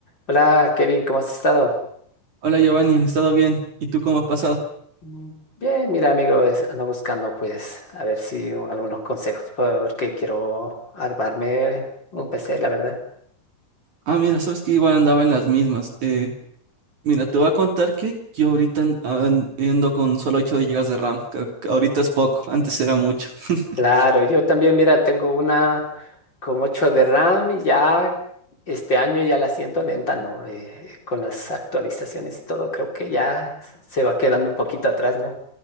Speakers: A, on the left (about 25°); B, on the right (about 45°).
A: Hola, Kevin, ¿cómo has estado?
B: Hola Giovanni, he estado bien. ¿Y tú cómo has pasado?
A: Mm, Bien, mira, amigo, es- ando buscando, pues, a ver si u- algunos consejos, porque quiero armarme un PC, la verdad.
B: Ah, mira, sabes que igual andaba en las mismas. Eh, mira, te voy a contar que yo ahorita an- an- ando con solo 8 gigas de RAM. que- que ahorita es poco, antes era mucho. <laughs>
A: Claro, yo también, mira, tengo una con 8 de RAM y ya este año ya la siento lenta, ¿no? Eh, con las actualizaciones y todo, creo que ya se va quedando un poquito atrás, ¿no?